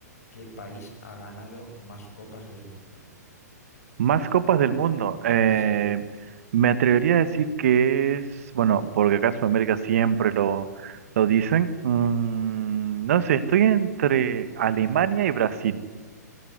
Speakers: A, on the left; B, on the right.
A: ¿qué país ha ganado más copas del mundo?
B: Más copas del mundo. Eh,
A: Sí.
B: me atrevería a decir que es, bueno, porque acá en Sudamérica siempre lo, lo dicen. Mm, no sé, estoy entre Alemania y Brasil.